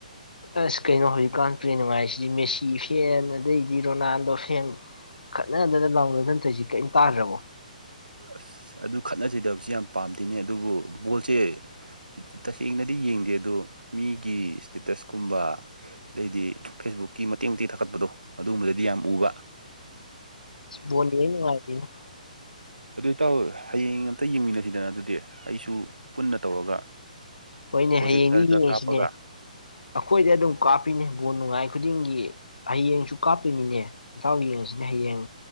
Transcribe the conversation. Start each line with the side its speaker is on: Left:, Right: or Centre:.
Left: ꯑꯁ ꯀꯩꯅꯣ ꯍꯧꯖꯤꯛꯀꯥꯟ ꯄ꯭ꯔꯦꯟ ꯅꯨꯡꯉꯥꯏꯔꯤꯁꯤꯗꯤ ꯃꯦꯁꯤ ꯐꯦꯟ ꯑꯗꯩꯗꯤ ꯔꯣꯅꯥꯜꯗꯣ ꯐꯦꯟ ꯈꯠꯅꯟꯗꯅ ꯂꯥꯎꯅ ꯍꯟꯊꯣꯏꯁꯤ ꯀꯔꯤꯝ ꯇꯥꯗ꯭ꯔꯕꯣ
Right: ꯑꯁ ꯑꯗꯨ ꯈꯠꯅꯖꯗꯕꯕꯁꯤ ꯌꯥꯝ ꯄꯥꯝꯗꯦꯅꯦ ꯑꯗꯨꯕꯨ ꯕꯣꯜꯁꯦ ꯇꯁꯦꯡꯅꯗꯤ ꯌꯦꯡꯗꯦ ꯑꯗꯣ ꯃꯤꯒꯤ ꯁ꯭ꯇꯦꯇꯁꯀꯨꯝꯕ ꯑꯗꯩꯗꯤ ꯐꯦꯁꯕꯨꯛꯀꯤ ꯃꯇꯦꯛ ꯃꯇꯦꯛ ꯊꯥꯒꯠꯄꯗꯣ ꯑꯗꯨꯒꯨꯝꯕꯗꯗꯤ ꯌꯥꯝ ꯎꯕ
Left: ꯕꯜꯂ ꯌꯦꯪꯕꯥ ꯅꯨꯪꯉꯥꯏꯇꯦ
Right: ꯑꯗꯨꯏ ꯇ ꯍꯌꯦꯡ ꯑꯝꯇ ꯌꯦꯡꯃꯤꯟꯅꯁꯤꯗꯅ ꯑꯗꯨꯗꯤ ꯑꯩꯁꯨ ꯄꯨꯟꯅ ꯇꯧꯔꯒ
Left: ꯍꯣꯏꯅꯦ
Right: ꯄ꯭ꯔꯣꯖꯦꯛꯇꯔꯒ
Left: ꯍꯌꯦꯡꯗꯤ ꯌꯦꯡꯁꯤꯅꯦ
Right: ꯀꯥꯞꯄꯒ
Left: ꯑꯩꯈꯣꯏꯗꯤ ꯑꯗꯨꯝ ꯀꯥꯞꯄꯤꯅꯦ ꯒꯣꯟ ꯅꯨꯡꯉꯥꯏ ꯈꯨꯗꯤꯡꯒꯤ ꯍꯌꯦꯡꯁꯨ ꯀꯥꯞꯇꯣꯏꯅꯤꯅꯦ ꯏꯇꯥꯎ ꯌꯦꯡꯁꯤꯅꯦ ꯍꯌꯦꯡ